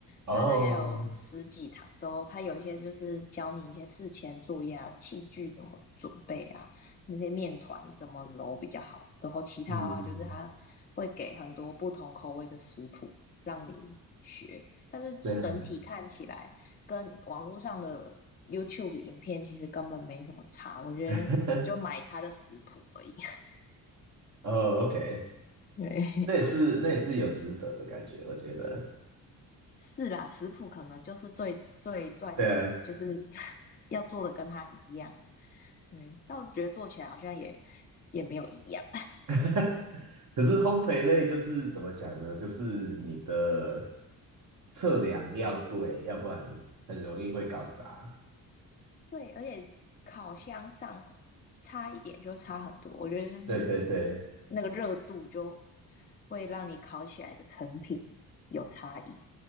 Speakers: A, on the right; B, on the left.
A: 哦，
B: 它大概有十几堂之后，它有一些就是教你一些事前作业啊，器具怎么准备啊，那些面团怎么揉比较好。之后其他的话就是它会给很多不同口味的食谱让你学，
A: 嗯，
B: 但是整体看起来跟网络上的
A: 这样的，
B: YouTube 影片其实根本没什么差，我觉得就买它的食谱而已。
A: <laughs> 哦，OK，
B: 对，
A: 那也是那也是有值得的感觉，我觉得，
B: <laughs> 是啦，食谱可能就是最最赚钱，
A: 对啊，
B: 就是 <laughs> 要做的跟他一样。对，但我觉得做起来好像也也没有一样。
A: <laughs> 可是烘焙类就是怎么讲呢？就是你的测量要对，要不然很容易会搞砸。
B: <laughs> 对，而且烤箱上差一点就差很多，我觉得就是
A: 对对对，
B: 那个热度就会让你烤起来的成品有差异